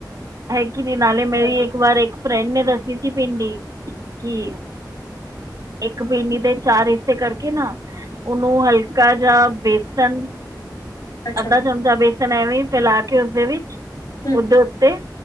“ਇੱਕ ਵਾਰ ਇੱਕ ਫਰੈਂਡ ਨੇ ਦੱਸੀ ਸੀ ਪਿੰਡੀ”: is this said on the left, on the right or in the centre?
Right